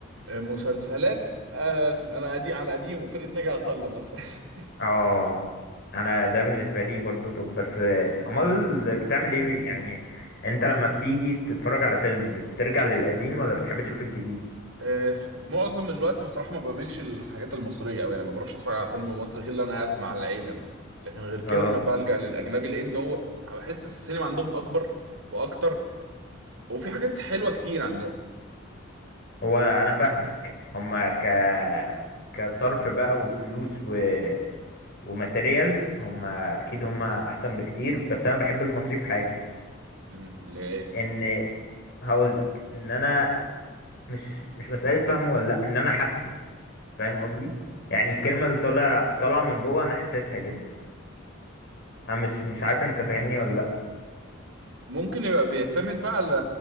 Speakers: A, on the right; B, on the left.
A: مسلسلات آه، انا قديم على قديم وفرقه ناجي عطا الله مثلا <laughs>
B: آه أنا ده بالنسبة لي برضو طب بس أمال بتعمل إيه بي- يعني أنت لما بتيجي تتفرج على فيلم بترجع للقديم ولا بتحب تشوف الجديد؟
A: آه، ف- معظم الوقت بصراحه ما بعملش الحاجات المصريه قوي انا ما بروحش اتفرج على فيلم مصري غير لو انا قاعد مع العيله مثلا لكن غير كده
B: آه
A: انا بلجأ للاجنبي لان هو بحس السينما عندهم اكبر واكتر وفي حاجات حلوه كتير عندهم
B: هو أنا فاهمك هما ك كصرف بقى وفلوس و... وماتيريال هم اكيد هم احسن بكتير بس انا بحب المصري في حاجه
A: امم اللي هي ايه
B: ان هقول لك ان انا مش مش مساله فهمه ولا لا ان انا حاسه فاهم قصدي يعني الكلمه اللي طالع طالعه من بقه انا حاسسها جدا انا مش مش عارف انت فاهمني ولا لا
A: ممكن يبقى بيعتمد بقى على